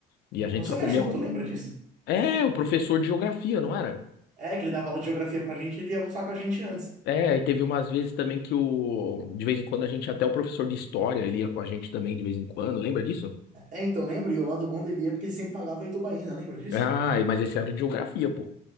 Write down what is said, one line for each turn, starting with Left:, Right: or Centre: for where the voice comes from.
Left: E
Right: O
Left: a gente
Right: professor
Left: só comia.
Right: era junto, lembra disso?
Left: É, o professor de geografia, não era?
Right: É, que ele dava aula de geografia pra gente, ele ia almoçar com a gente antes.
Left: É, e teve umas vezes também que o. De vez em quando a gente, até o professor de história ele ia com a gente também de vez em quando, lembra disso?
Right: É, então, lembra? E o lado bom dele é porque ele sempre pagava a Itubaína, lembra disso,
Left: Ah,
Right: cara?
Left: mas esse era de geografia, pô.